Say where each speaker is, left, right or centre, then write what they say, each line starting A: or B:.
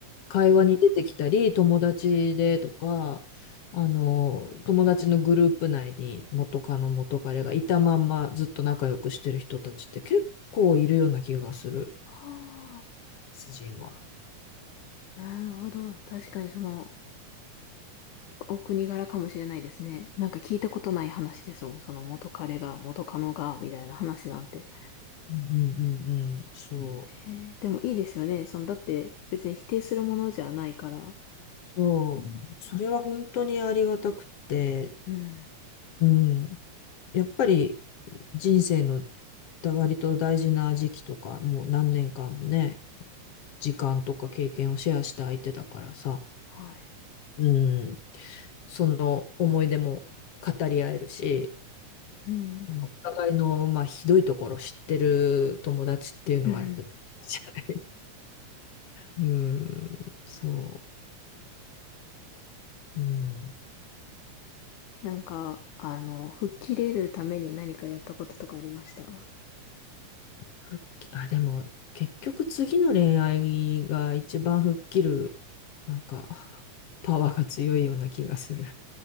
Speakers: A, on the left; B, on the left.
A: 会話に出てきたり、友達でとか、あの、友達のグループ内に元カノ元彼がいたまんまずっと仲良くしてる人たちって結構いるような気がする、
B: はあ。
A: 主人は。
B: なるほど。確かにその、お国柄かもしれないですね。なんか聞いたことない話ですもん。その元彼が、元カノが、みたいな話なんて。
A: うんうんうんうん、そう。
B: へえ、でもいいですよね。その、だって別に否定するものじゃないから。
A: そう。それは本当にありがたくて、
B: うん。
A: うん。やっぱり人生のだ割と大事な時期とか、もう何年間もね、時間とか経験をシェアした相手だからさ、
B: はい。
A: うん、その思い出も語り合えるし、
B: うん。
A: お互いの、まあ、ひどいところ知ってる友達っていうのはやっぱ、
B: うんうん
A: <laughs> じゃない。うん、そう。うん、
B: なんか、あの、吹っ切れるために何かやったこととかありました
A: 復帰、あ、でも結局次の恋愛が一番吹っ切る、なんか、パワーが強いような気がする。